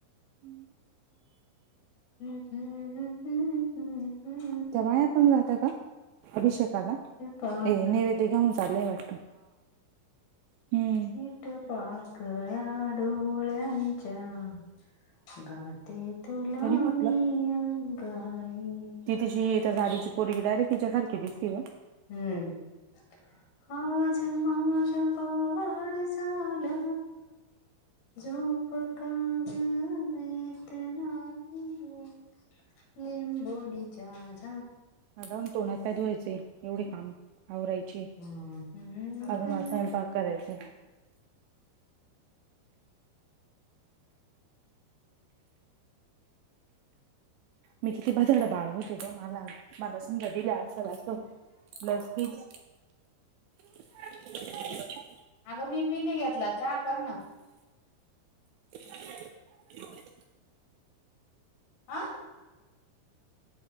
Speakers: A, on the right; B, on the left.
A: हम.
B: हम हम हं. हम हम हम.
A: त्या बाया पण जात्या का अभिषेकाला?
B: पाक
A: ए नैवेद्य घेऊन चाललंय वाटत हम्म.
B: मिट पाकळ्या डोळ्यांच्या गा ते तुला
A: तरी पण
B: मी अंगाई.
A: ती तिची त्या गाडीची पोरगी डायरेक्ट हिच्यासारखी दिसती गं.
B: हम्म आज माझ्या पाडसाला झोप काग येत नाही लिंबोणीच्या झा
A: आता जावून तोंड हात पाय धुवायचे एवढे काम आवरायचीय
B: हम्म हम्म,
A: अजून
B: हम्म.
A: मला स्वयंपाक करायचाय. मी किती भदाड बाळ होते ग मला माला समजा दिला असेल असं प्लस बीस <inaudible>
B: अगं मी बी नाई घेतला चहा कर ना.
A: <inaudible>
B: आ.